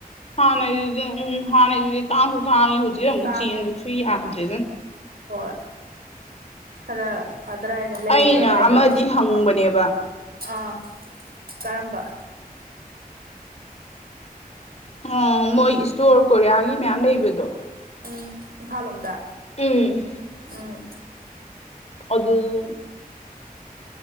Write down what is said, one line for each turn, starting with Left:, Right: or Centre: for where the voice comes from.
Left: ꯍꯥꯟꯅꯩꯗꯨ ꯎꯝ ꯍꯥꯟꯅꯩꯗꯨꯗꯤ ꯇꯥꯡꯖꯨ ꯇꯥꯡꯉꯦ ꯍꯧꯖꯤꯛ ꯑꯃꯨꯛ
Right: ꯇꯥꯡꯉꯦ
Left: ꯆꯦꯟꯕꯗꯨꯁꯨ ꯌꯥꯗ꯭ꯔꯦꯗ
Right: ꯍꯣꯏ ꯈꯔ ꯐꯗ꯭ꯔꯥ ꯍꯥꯏꯅ ꯂꯩꯔꯨꯔꯒ
Left: ꯑꯩꯅ
Right: ꯍꯥꯏꯌꯣ
Left: ꯑꯃꯗꯤ ꯍꯪꯕꯅꯦꯕ
Right: ꯑꯥ ꯀꯔꯝꯕ
Left: ꯑꯣ ꯃꯣꯏ ꯏꯁꯇꯣꯔ ꯀꯣꯔꯤꯌꯥꯒꯤ ꯃꯌꯥꯝ ꯂꯩꯕꯗꯣ
Right: ꯎꯝ ꯏꯝꯐꯥꯜ ꯂꯣꯝꯗ
Left: ꯎꯝ
Right: ꯎꯝ
Left: ꯑꯗꯨ ꯂꯨꯡ